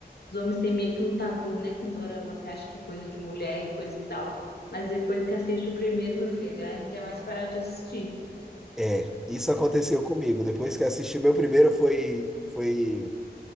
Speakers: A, on the left; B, in the centre.
A: os homens têm meio que um tabu, né, com dorama, que acha que é coisa de mulher e coisa e tal. Mas depois que assiste o primeiro, meu filho, aí não quer mais parar de assistir.
B: É, isso aconteceu comigo. Depois que eu assisti, meu primeiro foi, foi